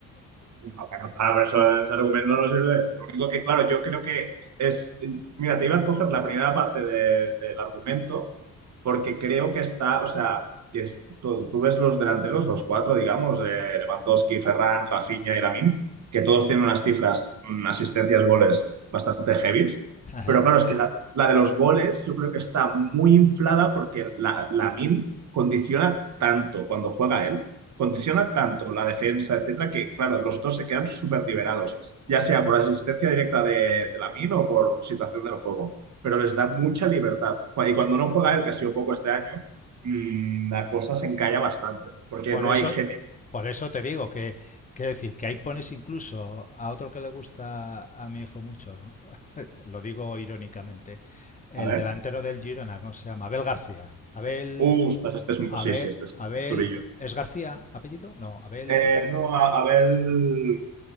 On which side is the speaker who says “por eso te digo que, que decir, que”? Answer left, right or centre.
Left